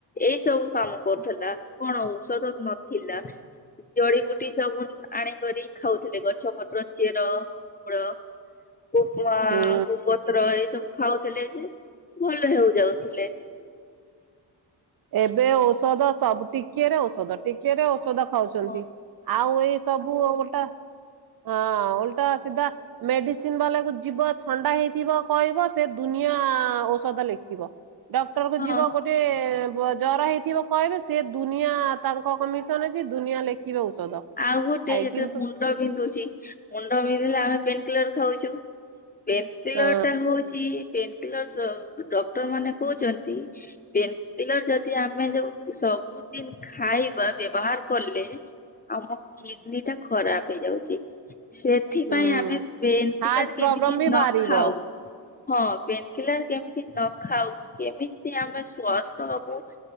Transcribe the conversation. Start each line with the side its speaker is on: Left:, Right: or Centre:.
Left: ଏଇ ସବୁ କାମ କରୁଥିଲା କଣ ଔଷଧ ନଥିଲା ଜଡିିବୁଟି ସବୁ ଆଣିକରି ଖାଉଥିଲେ ଗଛ, ପତ୍ର, ଚେର, ମୂଳ କୁପମା
Right: ହୁଁ
Left: କୁ ପତ୍ର ଏଇ ସବୁ ଖାଉଥିଲେ ଯେ ଭଲ ହେଉ ଯାଉଥିଲେ।
Right: ଏବେ ଔଷଧ ସବୁ ଟିକେରେ ଔଷଧ ଟିକେରେ ଔଷଧ ଖାଉଚନ୍ତି
Left: ହଁ
Right: ଆଉ ଏଇ ସବୁ ଓଲ୍ଟା ହଁ ଓଲ୍ଟା ସିଧା ମେଡ଼ିସିନ୍ ବାଲାକୁ ଯିବ ଥଣ୍ଡା ହେଇଥିବ କହିବ ସେ ଦୁନିଆ ଔଷଧ ଲେଖିବ। ଡକ୍ଟର କୁ ଯିବ
Left: ହଁ
Right: ଗୋଟେ ପୁଅ ଜର ହେଇଥିବ କହିଲେ ସେ ଦୁନିଆ ତାଙ୍କ କମିଶନ୍ ଅଛି ଦୁନିଆ ଲେଖିବ ଔଷଧ।
Left: ଆଉ ଗୋଟେ
Right: ଆଇ
Left: ଯତି
Right: କିନ୍ତୁ
Left: ମୁଣ୍ଡ ବିନ୍ଧୁଚି ମୁଣ୍ଡ ବିନ୍ଧିଲେ ଆମେ ପେନ୍ କିଲର୍ ଖାଉଚୁ ପେନ୍ କିଲର୍
Right: ହଁ
Left: ଟା ହଉଚି ପେନ୍ କିଲରସ୍ ଡକ୍ଟର ମାନେ କହୁଚନ୍ତି ପେନ୍ କିଲର୍ ଯଦି ଆମେ ଯଉ ସବୁଦିନ୍ ଖାଇବା ବ୍ୟବହାର କଲେ ଆମ କିଡନୀ ଟା ଖରାପ ହେଇଯାଉଚି ସେ ସେଥିପାଇଁ
Right: ହୁଁ
Left: ଆମେ ପେନ୍
Right: ହାର୍ଟ
Left: କିଲର୍
Right: ପ୍ରୋବ୍ଲେମ
Left: କେମିତି
Right: ବି
Left: ନ
Right: ବାହାରିବ।
Left: ଖାଉ ହଁ ପେନ୍ କିଲର୍ କେମିତି ନ ଖାଉ କେମିତି ଆମେ ସ୍ଵସ୍ଥ୍ ହବୁ